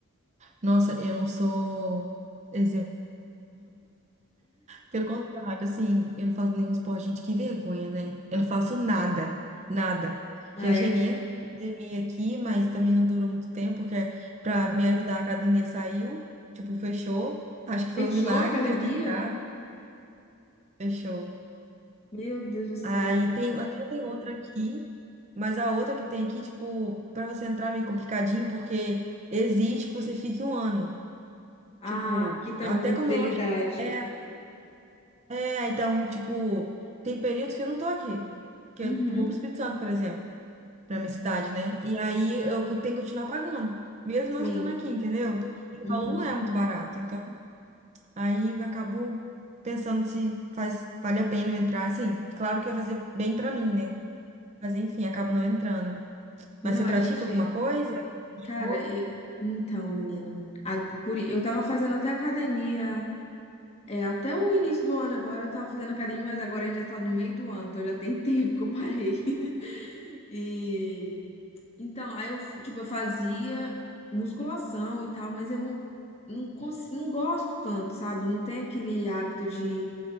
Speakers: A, on the right; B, on the left.
A: Nossa, eu não sou exemplo. Pelo contrário, assim, eu não faço nenhum esporte, gente, que vergonha, né? Eu não faço nada, nada.
B: Ah,
A: Já
B: é?
A: cheguei na academia aqui, mas também não durou muito tempo, porque pra me ajudar a academia saiu, tipo, fechou. Acho que foi
B: Fechou
A: um milagre
B: a academia?
A: de eu ter entrado. Fechou.
B: Meu Deus do céu.
A: Aí tem, até tem outra aqui, mas a outra que tem aqui, tipo, para você entrar é meio complicadinho, porque exige que você fique um ano.
B: Ah,
A: Tipo,
B: aqui também
A: até
B: tem
A: quando
B: fidelidade.
A: não te- É, é, então, tipo, tem períodos que eu não tô aqui, que
B: Uhum,
A: eu vou pro Espírito Santo, por exemplo, pra minha cidade, né? E aí eu co- tenho que continuar pagando, mesmo
B: sim.
A: não estando aqui, entendeu? E
B: Uhum.
A: o valor não é muito barato, então aí eu acabo pensando se faz, vale a pena eu entrar, assim, claro que vai fazer bem pra mim, né? Mas enfim, acaba não entrando.
B: Não,
A: Mas você
B: a
A: pratica
B: gente.
A: alguma coisa? Tipo,
B: Cara, e- então, menina. a- por- Eu tava fazendo até academia. É, até o início do ano agora eu tava fazendo academia, mas agora a gente já tá no meio do ano, então já tem <laughs> tempo que eu parei. <laughs> E. Então, aí eu, tipo, eu fazia musculação e tal, mas eu não, não, cons- não gosto tanto, sabe? Não tem aquele hábito de